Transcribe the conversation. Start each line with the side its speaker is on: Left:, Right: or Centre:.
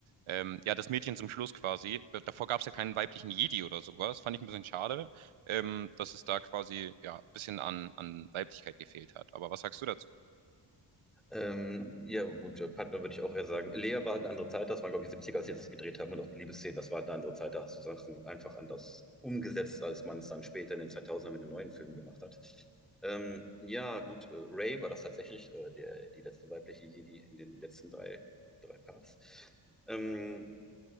Right: Ähm, ja, das Mädchen zum Schluss quasi. Davor gab es ja keinen weiblichen Jedi oder sowas. Fand ich ein bisschen schade, ähm, dass es da quasi ja ein bisschen an, an Weiblichkeit gefehlt hat. Aber was sagst du dazu?
Centre: Ähm, ja, gut, äh, Padme würde ich auch eher sagen. Lea war halt eine andere Zeit, das waren, glaube ich, die 70 als sie das gedreht haben und auch die Liebesszenen, das war halt eine andere Zeit, da hast du Sachen einfach anders umgesetzt, als man es dann später in den zweitausendern mit den neuen Filmen gemacht hat. Ähm, ja, gut, äh, Ray war das tatsächlich, äh, der, die letzte weibliche Jedi in den letzten drei, drei Parts. Ähm,